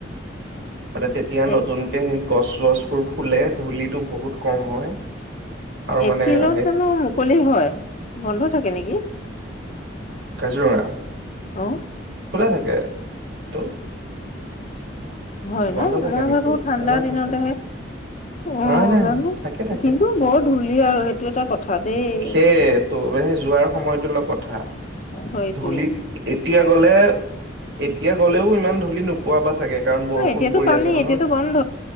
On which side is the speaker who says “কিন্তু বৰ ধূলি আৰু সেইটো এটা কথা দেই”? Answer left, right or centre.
Left